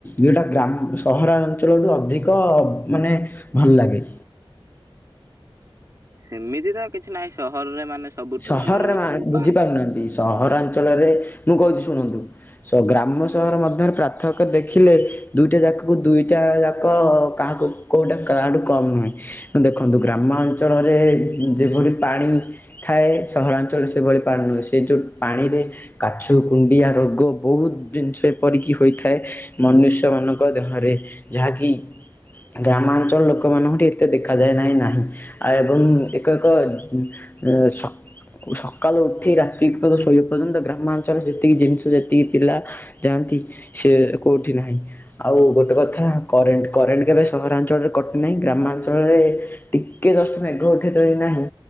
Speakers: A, on the left (about 20°); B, on the right (about 35°).
A: ଯୋଉଟା ଗ୍ରା ସହରାଞ୍ଚଳରୁୁ ଅଧିକ ମାନେ ଭଲ ଲାଗେ?
B: ସେମିତି ତ କିଛି ନାହିଁ ସହରରେ ମାନେ ସବୁଠୁ
A: ସହରରେ
B: ଭଲ ଭଲ
A: ମା
B: ସବୁ ପା
A: ବୁଝିପାରୁନାହାନ୍ତି ସହରାଞ୍ଚଳରେ, ମୁଁ କହୁଛି ଶୁଣନ୍ତୁ ସ ଗ୍ରାମ ସହର ମଧ୍ୟରେ ପ୍ରାର୍ଥକ୍ୟ ଦେଖିଲେ ଦୁଇଟା ଯାକକୁ ଦୁଇଟା ଯାକ କାହାକୁ କୋଉଟା କାହାଠୁ କମ୍ ନୁହେଁ। ଦେଖନ୍ତୁ ଗ୍ରାମାଞ୍ଚଳରେ ଯେଭଳି ପାଣି ଥାଏ ସହରାଞ୍ଚଳରେ ସେଭଳି ପାଣି ନୁହେଁ। ସେ ଯେଉଁ ପାଣିରେ କାଛୁ, କୁଣ୍ଡିଆ ରୋଗ ବହୁତ ଜିନିଷ ଏପରିକି ହୋଇଥା ଥାଏ ମନୁଷ୍ୟମାନଙ୍କ ଦେହରେ ଯାହାକି ଗ୍ରାମାଞ୍ଚଳ ଲୋକମାନଙ୍କଠି ଏତେ ଦେଖାଯାଏ ନାହିଁ ନାହିଁ ଆ ଏବଂ ଏକ ଏକ ଉ-ଉ-ଉ ଅ ସ ସକାଳୁ ଉଠି ରାତିକ ଶୋଇବା ପର୍ଯ୍ୟନ୍ତ ଗ୍ରାମାଞ୍ଚଳରେ ଯେତିକି ଜିନିଷ ଯେତିକି ପିଲା ଯାଆନ୍ତି ସିଏ କୋଉଠି ନାହିଁ। ଆଉ ଗୋଟେ କଥା କରେଣ୍ଟ କରେଣ୍ଟ କେବେ ସହରାଞ୍ଚଳରେ କଟିନାହିଁ। ଗ୍ରାମାଞ୍ଚଳରେ ଟିକେ ଜଷ୍ଟ ମେଘ ଉଠେଇ ଥିବ କି ନାହିଁ